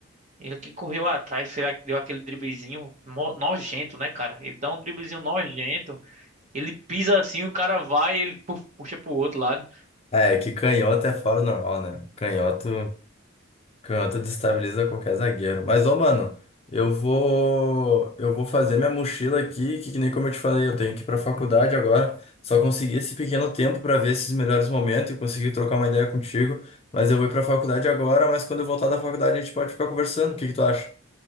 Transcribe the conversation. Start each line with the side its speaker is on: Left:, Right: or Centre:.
Right: Ele que correu atrás, será que deu aquele driblezinho mo- nojento, né, cara? Ele dá um driblezinho nojento. Ele pisa assim, o cara vai, ele puf, puxa pro outro lado.
Left: É, que canhoto é fora do normal, né? Canhoto, canhoto destabiliza qualquer zagueiro. Mas, ô, mano, eu vou, eu vou fazer minha mochila aqui, que, que nem como eu te falei, eu tenho que ir pra faculdade agora. Só consegui esse pequeno tempo pra ver esses melhores momentos e conseguir trocar uma ideia contigo. Mas eu vou ir pra faculdade agora, mas quando eu voltar da faculdade a gente pode ficar conversando. O que que tu acha?